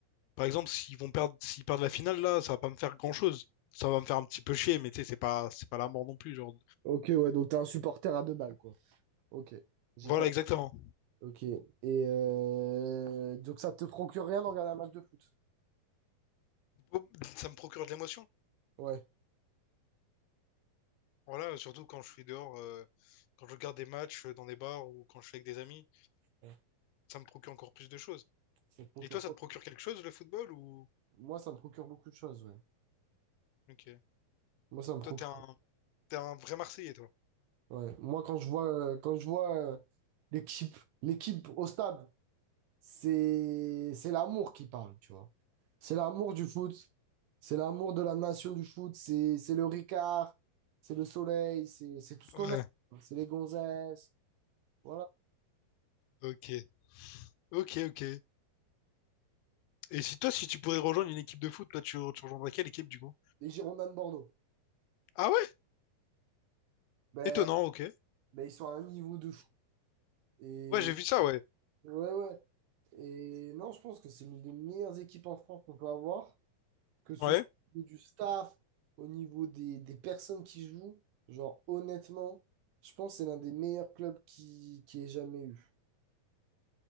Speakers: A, on the left; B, on the right.
A: Par exemple, s'ils vont perdre... s'ils perdent la finale, là, ça va pas me faire grand-chose. Ça va me faire un petit peu chier, mais tu sais, c'est pas... c'est pas la mort non plus, genre.
B: Ok, ouais, donc t'es un supporter à deux balles, quoi. Ok. J'ai
A: Voilà,
B: quatre.
A: exactement.
B: Ok. Et euh, donc ça te procure rien d'en regarder un match de foot?
A: Bon, Ça me procure de l'émotion.
B: Ouais.
A: Voilà, surtout quand je suis dehors, euh, quand je regarde des matchs euh, dans des bars ou quand je suis avec des amis,
B: Ouais,
A: ça me procure encore plus de choses.
B: ça te procure
A: Et toi, ça
B: pas.
A: te procure quelque chose, le football ou...
B: Moi, ça me procure beaucoup de choses, ouais.
A: Ok.
B: Moi, ça me procure.
A: Toi, t'es un, t'es un vrai Marseillais, toi.
B: Ouais. Moi, quand je vois, euh, quand je vois euh, l'équipe, l'équipe au stade, c'est, c'est l'amour qui parle, tu vois. C'est l'amour du foot, c'est l'amour de la nation du foot, c'est, c'est le Ricard, c'est le soleil, c'est, c'est tout ce qu'on
A: Ouais,
B: aime. C'est les gonzesses, voilà.
A: ok. Ok, ok. Et si toi, si tu pourrais rejoindre une équipe de foot, là, tu, tu rejoindrais quelle équipe, du coup?
B: Les Girondins de Bordeaux.
A: Ah ouais?
B: Ben,
A: Étonnant, ok.
B: ben, ils sont à un niveau de fou. Et,
A: Ouais, j'ai vu ça, ouais.
B: ouais, ouais. Et non, je pense que c'est l'une des meilleures équipes en France qu'on peut avoir. que ce
A: Ouais,
B: soit au niveau du staff, au niveau des, des personnes qui jouent, genre honnêtement, je pense que c'est l'un des meilleurs clubs qui, qui ait jamais eu.